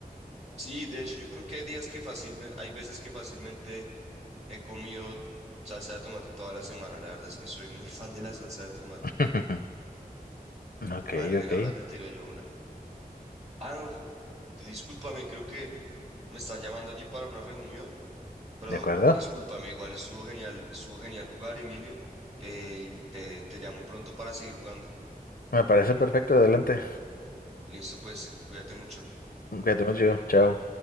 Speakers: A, on the right (about 45°); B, on the left (about 70°).
A: Sí, de hecho yo creo que hay días que fácilmente, hay veces que fácilmente he comido salsa de tomate toda la semana, la verdad es que soy muy fan de la salsa de tomate.
B: <laughs> Ok,
A: Vale, ven,
B: ok,
A: ahora te tiro yo una. Ah, no, discúlpame, creo que me están llamando allí para una reunión. Pero
B: ¿de acuerdo?
A: discúlpame, igual estuvo genial, estuvo genial jugar, Emilio, eh, y te, te llamo pronto para seguir jugando.
B: Me parece perfecto, adelante.
A: Listo, pues, cuídate mucho.
B: Cuídate mucho, chao.